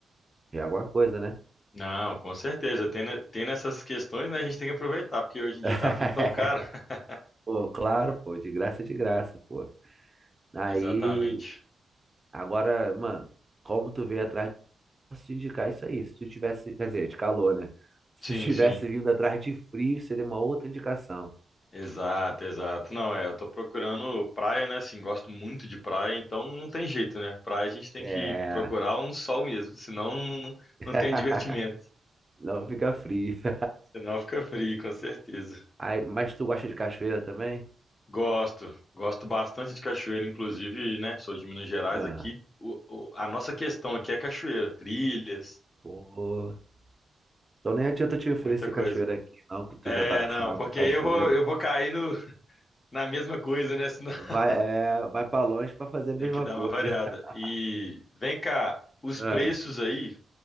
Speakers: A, on the right; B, on the left.
A: Já É alguma coisa, né?
B: Não, com certeza. Tem, ne- tem nessas questões, né? A gente tem que aproveitar, porque hoje em
A: <laughs>
B: dia tá tudo tão caro. <laughs>
A: Pô, claro, pô, de graça, é de graça, pô. Aí,
B: Exatamente.
A: agora, mano, como tu veio atrás, de- posso te indicar isso aí. Se tu tivesse, quer dizer, de calor, né? <laughs> Se
B: Sim,
A: tu tivesse
B: sim.
A: vindo atrás de frio, seria uma outra indicação.
B: Exato, exato. Não, é, eu tô procurando praia, né? Assim, gosto muito de praia, então não tem jeito, né? Praia a gente tem
A: É.
B: que procurar um sol mesmo, senão não, não,
A: <laughs>
B: não tem divertimento.
A: Não fica frio. <laughs>
B: Senão fica frio, com certeza.
A: Aí, mas tu gosta de cachoeira também?
B: Gosto, gosto bastante de cachoeira, inclusive, né? Sou de Minas Gerais
A: Não.
B: aqui. o- o- a nossa questão aqui é cachoeira, trilhas,
A: Pô. Então nem adianta te oferecer
B: muita coisa.
A: cachoeira aqui, não, que tu
B: É,
A: já tá acostumado
B: não, porque
A: com cachoeira.
B: aí eu vou, eu vou cair no, na mesma coisa, né? Senão <laughs>
A: Vai, é, vai para longe para fazer a
B: tem
A: mesma
B: que dar
A: coisa.
B: uma variada.
A: <laughs>
B: E vem cá, os
A: É,
B: preços aí,